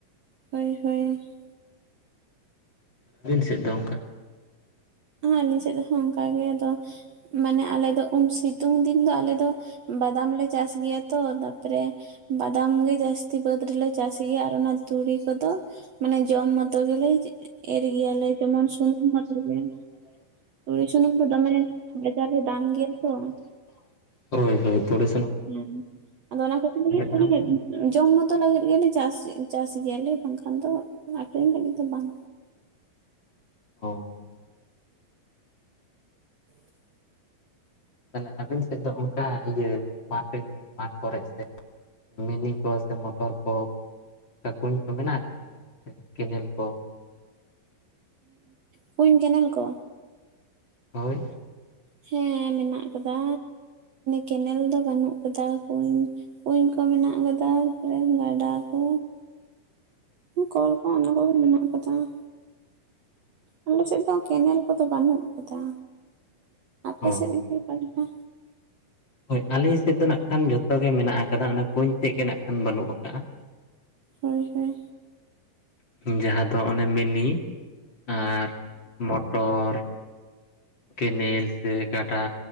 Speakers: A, on the right; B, on the left.
A: ᱦᱳᱭ ᱦᱳᱭ ᱾
B: ᱟᱹᱵᱤᱱ ᱥᱮᱫ ᱫᱚ ᱚᱱᱠᱟ ᱾
A: ᱟᱞᱤᱧ ᱥᱮᱫ ᱦᱚᱸ ᱚᱱᱠᱟ ᱜᱮ, ᱟᱫᱚ ᱢᱟᱱᱮ ᱟᱞᱮ ᱫᱚ ᱩᱱ ᱥᱤᱛᱩᱝ ᱫᱤᱱ ᱫᱚ ᱟᱞᱮ ᱫᱚ ᱵᱟᱫᱟᱢ ᱞᱮ ᱪᱟᱥ ᱜᱮᱭᱟ ᱛᱚ, ᱛᱟᱯᱚᱨᱮ ᱵᱟᱫᱟᱢ ᱜᱮ ᱡᱟᱹᱥᱛᱤ, ᱵᱟᱹᱫᱽ ᱨᱮᱞᱮ ᱪᱟᱥ ᱜᱮᱭᱟ ᱾ ᱟᱨ ᱚᱱᱟ ᱛᱩᱲᱤ ᱠᱚᱫᱚ ᱢᱟᱱᱮ ᱡᱚᱢ ᱢᱚᱛᱚ, ᱜᱮᱞᱮ ᱮᱨ ᱜᱮᱭᱟ ᱞᱮ, ᱡᱮᱢᱚᱱ ᱥᱩᱱᱩᱢ ᱢᱚᱛᱚ ᱜᱮ ᱾ ᱛᱩᱲᱤ ᱥᱩᱱᱩᱢ ᱫᱚ ᱫᱚᱢᱮ ᱱᱮᱛᱟᱨ ᱫᱚ ᱫᱟᱢ ᱜᱮᱭᱟ ᱛᱚ ᱾
B: ᱦᱳᱭ ᱦᱳᱭ ᱾ ᱛᱚᱲᱤᱥ <unintelligible>
A: ᱦᱮᱸ ᱟᱫᱚ ᱚᱱᱟ ᱠᱷᱟᱹᱛᱤᱨ ᱛᱮᱜᱮ ᱠᱩᱞᱤ
B: ᱫᱟᱢ
A: ᱠᱮᱫ
B: ᱠᱟᱱᱟ
A: ᱢᱮ ᱾ <unintelligible> ᱡᱚᱢ ᱢᱚᱛᱚ ᱞᱟᱹᱜᱤᱫ ᱜᱮᱞᱮ ᱪᱟᱥ, ᱪᱟᱥ ᱜᱮᱭᱟᱞᱮ, ᱵᱟᱝᱠᱷᱟᱱ ᱫᱚ ᱟᱠᱷᱨᱤᱧ ᱞᱟᱹᱜᱤᱫ ᱫᱚ ᱵᱟᱝ?
B: <unintelligible>
A: <unintelligible>
B: ᱛᱟᱦᱞᱮ ᱟᱵᱤᱱ ᱥᱮᱫ ᱫᱚ ᱚᱱᱠᱟ ᱤᱭᱟᱹ ᱵᱟᱵᱮᱱ <unintelligible> ᱠᱚᱨᱮ ᱥᱮ ᱢᱤᱱᱤ ᱠᱚ ᱥᱮ ᱢᱚᱴᱚᱨ ᱠᱚ ᱠᱩᱧ ᱠᱚ ᱢᱮᱱᱟᱜ ᱟᱠᱟᱫ ᱜᱮᱭᱟ ᱾ ᱚᱱᱛᱮ ᱠᱮᱱᱮᱞ ᱠᱚ
A: ᱠᱩᱧ ᱠᱮᱱᱮᱞ ᱠᱚ?
B: ᱦᱳᱭ
A: ᱦᱮᱸ ᱢᱮᱱᱟᱜ ᱟᱠᱟᱫᱟ, ᱠᱮᱱᱮᱞ ᱫᱚ ᱵᱟᱹᱱᱩᱜ ᱠᱟᱫᱟ, ᱠᱩᱧ ᱠᱩᱧ ᱠᱚ ᱢᱮᱱᱟᱜ ᱟᱠᱟᱫᱟ, ᱛᱟᱯᱚᱨᱮ ᱜᱟᱰᱟ ᱠᱚ ᱠᱚᱞ ᱠᱚ ᱚᱱᱟ ᱠᱚᱜᱮ ᱢᱮᱱᱟᱜ ᱠᱟᱫᱟ ᱾ ᱟᱞᱮ ᱥᱮᱫ ᱫᱚ ᱠᱮᱱᱮᱞ ᱠᱚᱫᱚ ᱵᱟᱹᱱᱩᱜ ᱟᱠᱟᱫᱟ, ᱟᱯᱮ
B: ᱚ
A: ᱥᱮᱫ ᱨᱮ ᱚᱠᱟᱞᱮᱠᱟ?
B: ᱦᱳᱭ ᱟᱞᱮ ᱥᱮᱫ ᱫᱚ ᱱᱟᱜ ᱠᱷᱟᱱ ᱡᱷᱚᱛᱚ ᱜᱮ ᱢᱮᱱᱟᱜ ᱟᱠᱟᱫᱟ, ᱚᱱᱟ ᱠᱩᱧ ᱛᱮᱫ ᱜᱮ ᱱᱟᱜ ᱠᱷᱟᱱ ᱵᱟᱹᱱᱩᱜ ᱟᱠᱟᱜᱼᱟ ᱾‌
A: ᱦᱳᱭ ᱦᱳᱭ
B: ᱡᱟᱦᱟᱸ ᱫᱚ ᱚᱱᱮ ᱢᱤᱱᱤ ᱟᱨ ᱢᱚᱴᱚᱨ ᱠᱮᱱᱮᱞ ᱥᱮ ᱜᱟᱰᱟ